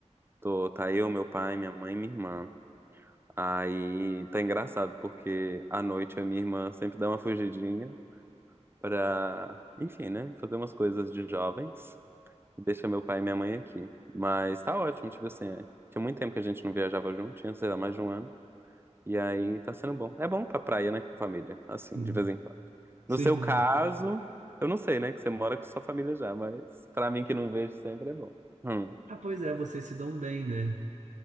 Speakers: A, on the right; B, on the right.
A: Tô, tá eu, meu pai, minha mãe e minha irmã. Aí tá engraçado, porque à noite a minha irmã sempre dá uma fugidinha pra, enfim, né? Fazer umas coisas de jovens. Deixa meu pai e minha mãe aqui. Mas tá ótimo, tipo assim, é. Tinha muito tempo que a gente não viajava junto, tinha, sei lá, mais de um ano. E aí tá sendo bom. É bom pra praia, né, com família. Assim,
B: Sim.
A: de vez em quando.
B: Sua
A: No seu
B: irmã?
A: caso, eu não sei, né, que você mora com sua família já, mas pra mim que não vejo sempre é bom. Hum,
B: Ah, pois é, vocês se dão bem, né?